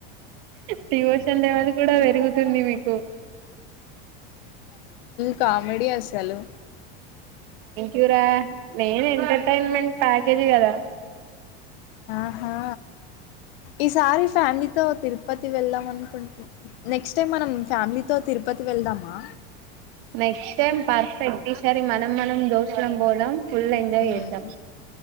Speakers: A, on the right; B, on the left.
A: డివోషల్ లేవాల కూడా పెరుగుతుంది మీకు
B: కామెడి అస్సలు
A: ఇవరా నేను ఎంటర్టైన్మెంట్ ప్యాకేజ్ కదా
B: ఆహా ఈసారి ఫ్యామిలీతో తిరుపతి వెళ్దాం అనుకుంటు నెక్స్ట్ టైమ్ మనం ఫ్యామిలీతో తిరుపతి వెళ్దామా
A: నెక్స్ట్ టం పర్ఫెక్ట్ ఈసారి మనం మనం దోచుకొని పోదాం ఫుల్ ఎంజాయ్
B: మ్మ్
A: చేద్దాం